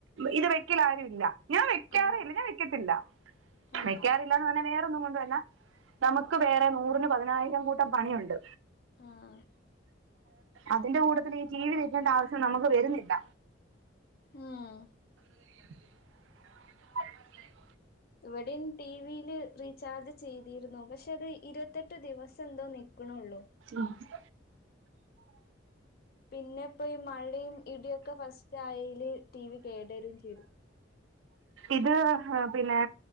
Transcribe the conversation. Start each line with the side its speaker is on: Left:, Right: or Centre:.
Right: ഇത് വെക്കൽ ആരും ഇല്ല ഞാൻ വെക്കാറെ
Left: ഓ
Right: ഇല്ല ഞാൻ വെക്കത്തില്ല
Left: ആ
Right: വെക്കാറില്ലാന്ന് പർഞാ വേറെ ഒന്നും കൊണ്ടുവന്ന നമുക്ക് വേറെ നൂറിന് പതിനായിരം കൂട്ടം പണിയുണ്ട്
Left: ആഹ്
Right: അതിന്റെ കൂട്ടത്തിലെന്ന്ഈ ടീവി വെക്കേണ്ട ആവശ്യം നമുക്ക് വെരുന്നില്ല
Left: ഉം
Right: <inaudible> <inaudible>
Left: ഇവെടിം ടി വിയിൽ റീ ചാർജ് ചെയ്തിരുന്നു പക്ഷെ അത് ഇരുവത്തെട്ട് ദിവസം എന്തോ നിക്ക്ണൊള്ളു
Right: ആഹ് <unintelligible>
Left: പിന്നെ ഇപ്പം ഈ മഴിം ഇടിയൊക്കെ ഫസ്റ്റ് ആയെൽ ടി വി കേടെരും ചെയ്തു <inaudible>
Right: ഇത് ഹ് പിന്നെ